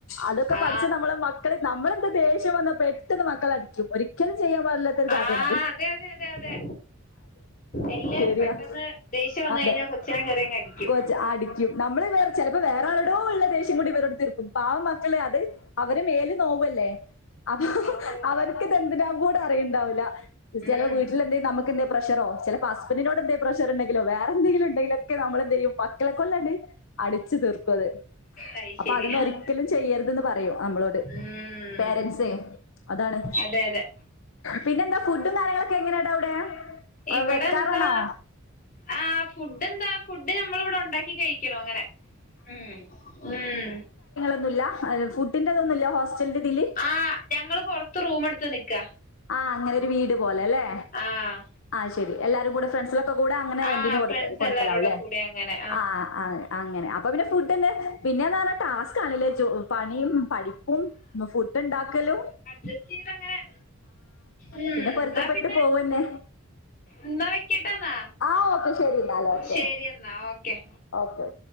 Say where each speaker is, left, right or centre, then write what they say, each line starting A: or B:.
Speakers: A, on the left; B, on the left.
A: അതൊക്കെ
B: ആ
A: പഠിച്ച് നമ്മളെ മ ക്കള് നമ്മള് എന്ത് ദേഷ്യം വന്നാ പെട്ടെന്ന് മക്കളെ അടിക്കും ഒരിക്കലും ചെയ്യാൻ പാടില്ലാത്തൊരു
B: ആ
A: കാര്യാണ് അത്.
B: അതെ അതെ അതെ അതെ എല്ലാരും
A: ശരിയാ
B: പെട്ടെന്ന് ദേഷ്യം വന്ന്
A: അതെ
B: കഴിഞ്ഞാൽ കൊച്ചിനെ കയറിയങ്ങ് അടിക്കും
A: കൊച്ച് അടിക്കും നമ്മള് വേറെ ചെിലപ്പോ വേറെ ആരോടോ ഉള്ള ദേഷ്യം കൂടി ഇവരോട് തീർക്കും പാവം മക്കൾ അത് അവരെ മേല് നോവല്ലേ അപ്പൊ
B: ഓ
A: അവർക്ക് ഇതെന്തിന കൂടെ അറിയണ്ടാവില്ല
B: ഉം
A: ചില വീട്ടിലെന്തി നമുക്കിന്ന് പ്രഷറോ ചിലപ്പോ ഹസ്ബന്റിനോട് എന്തേം പ്രഷർ ഉണ്ടെങ്കിലോ വേറെ എന്തെങ്കി ഉണ്ടെങ്കിലൊക്കെ നമ്മെളെന്തെയ്യും മ മക്കളെ കൊണ്ടണ്ട് അടിച്ചു തീർക്കും അത്
B: അത്
A: അപ്പൊ
B: ശരിയാ
A: അതൊന്നും ഒരിക്കലും ചെയ്യരുത് എന്ന് പറയും നമ്മളോട്
B: ഉം
A: പേരെന്റ്സെ അതാണ്
B: അതെ അതെ
A: പിന്നെ എന്താ ഫുഡും കാര്യങ്ങള എങ്ങനെയാടാ അവിടെ
B: ഇവിടെ
A: വെക്കാറാണോ
B: എന്താ ആഹ് ഫുഡ് എന്താ ഫുഡ് മ്മൾ ഇവിടെ ഉണ്ടാക്കി കഴിക്കണു അങ്ങനെ ഉം ഉം
A: ഒന്നുല്ല ഫുഡിൻ്റ ഇതൊന്നുമില്ല ഹോസ്റ്റലിന്റെ ഇതില്
B: ആഹ് ഞങ്ങള് പൊറത്ത് റൂമ് എടുത്ത് നിക്കാ
A: ആഹ് അങ്ങനെ ഒരു വീട് പോലെ അല്ലെ
B: ആഹ്
A: ആഹ് ശരി എല്ലാരും കൂടെ ഫ്രണ്ട്സേളൊക്കെ കൂടെ അങ്ങനെ
B: ആഹ്
A: റെന്റിന് കൊടുക്ക്
B: ഫ്രണ്ട്സ്
A: കൊടുക്കലാവുല്ലെ
B: എല്ലാരൂടെ കൂടെ അങ്ങനെ
A: ആഹ് അങ്ങനെ അപ്പൊ പിന്നെ ഫുഡ്ന്നെ പിന്നെന്ന് പറാ ടാസ്ക് ആണല്ലേ ജോ പണിയും പഠിപ്പും ഫുഡ് ഉണ്ടാക്കലും
B: ജസ്റ്റ് ചെയ്തങ്ങനെ ഉം
A: പിന്നെ പൊരുത്തപ്പെട്ട്
B: എന്നാ പിന്നെ
A: പോവന്നെ.
B: എന്നാ വെക്കട്ടന്നാ
A: ആഹ് ഓക്കെ ശരി എന്നാല് ഓക്കെ.
B: ശരി എന്നാ ഓക്കെ
A: ഓക്കെ ഓക്കെ